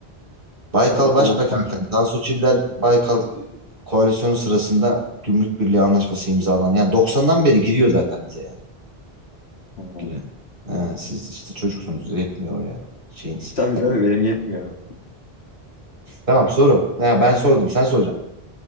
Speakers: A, on the right; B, on the left.
A: Baykal
B: Tabii,
A: Başbakanken
B: o...
A: Tansu Çiller Baykal koalisyonu sırasında Gümrük Birliği Anlaşması imzalanan yani doksan'dan beri giriyor zaten bize yani.
B: Ha.
A: Giren. Ha, siz işte çocuksunuz yetmiyor ya şeyiniz.
B: Tabii tabii benim yetmiyor.
A: Tamam soru. Ha, ben sordum sen soracaksın.